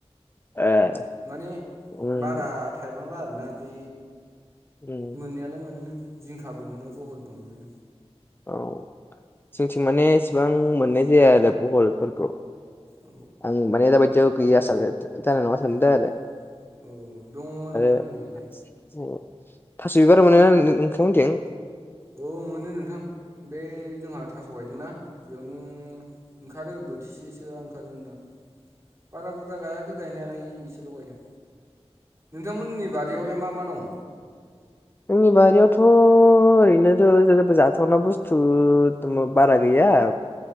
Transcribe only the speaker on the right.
माने
बारा थाइबांला आरोना बे
मोननायालाय मोनो जिंखाबो मोनो बहलबो मोनो।
औ
औ
औ दङ नोंथां
दंनायालाय
औ मोनो नोंथां बे जोंहा थास' गायदोंना बेयावनो ओंखारो बोथिसेसोआ ओंखारो नोंदां बारा बुरजा गायाखै गायनायालाय एसेल' गायदों नोंथांमोननि बारिैयावलाय मा मा दं